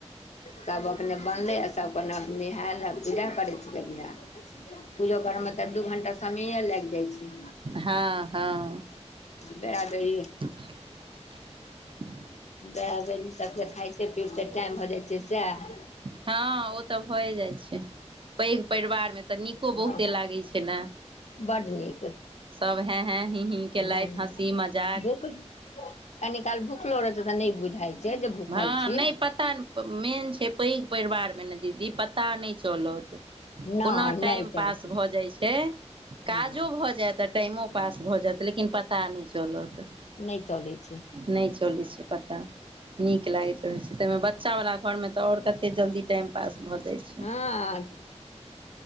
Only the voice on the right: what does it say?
हँ हँ
<inaudible>
हँ ओ तऽ भौए जाइ छै पैघ परिवार मे तऽ नीको
बहुते लागैत छै ने
सब हैं हैं हीं हीं केलथि
हँसी मजाक
हँ
नहि पता नहि मेन छै पैघ परिवार मे ने दीदी पता नहि चोलत
कोना
टाइम
पास
भऽ जाइ छै
काजो भऽ जायत आ टाइमो पास भऽ जायत लेकिन पता नहि चलत
नहि चलैत छै पता नीक लागैत रहैत छै तहिमे बच्चा वाला घोर में तऽ
आओर कतैक जल्दी टाइम पास भऽ जाइ छै